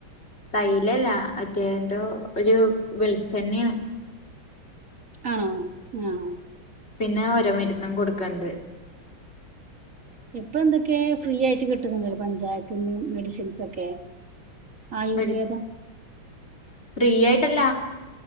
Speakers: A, on the left; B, on the right.
A: തൈലല്ല. അറ്റെ ന്തോ ഒരു വെള്ച്ചെണ്യണ്.
B: ആണോ? ആഹ്
A: പിന്നെ ഒര മരുന്നും കൊടുക്കണ്ട്.
B: ഇപ്പൊന്തൊക്കേ ഫ്രീ ആയിട്ട് കിട്ടുന്ന്ണ്ടലോ? പഞ്ചായത്തിന്ന് മെഡിസിൻസ് ഒക്കെ. ആയുർവേദം
A: മെഡി ഫ്രീ ആയിട്ടല്ല.